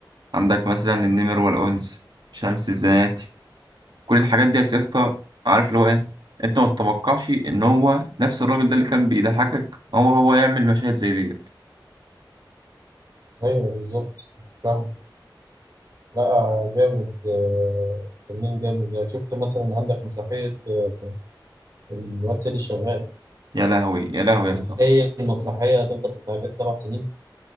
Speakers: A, on the right; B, on the right.
A: عندك مثلا النمر والانس شمس الزناتي كل الحاجات ديت يا اسطى عارف اللي هو ايه انت ما تتوقعش ان هو نفس الراجل ده اللي كان بيضحكك هو هو يعمل مشاهد زي ديت
B: أيوه بالظبط فاهم لا جامد آه، فنان جامد يعني شفت مثلا عندك مسرحية آه، الواد سيدي شغال
A: يا لهوي يا لهوي يا
B: متخيل
A: اسطى
B: المسرحية هتفضل تتعرض سبع سنين